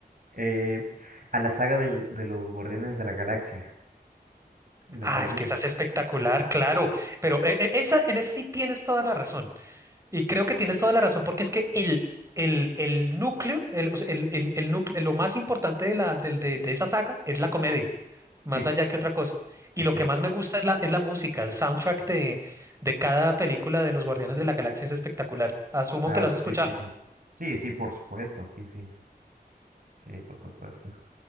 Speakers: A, on the right (about 55°); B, on the right (about 20°).
A: Eh, a la saga del- de los Guardianes de la Galaxia, ¿las
B: Ah,
A: has
B: es
A: visto?
B: que esa es espectacular, claro, pero eh, eh, esa, en esa sí tienes toda la razón. Y creo que tienes toda la razón porque es que el, el, el núcleo, el, o sea, el, el- el núcleo, lo más importante de, la, del- de de esa saga es la comedia. más
A: Sí,
B: allá que otra cosa. Y
A: así
B: lo que
A: es.
B: más me gusta es la, es la música, el soundtrack de, de cada película de los Guardianes de la Galaxia es espectacular. Asumo
A: Ah,
B: que lo has escuchado.
A: sí, sí, sí. Sí, sí, por supuesto, sí, sí. Sí, por supuesto.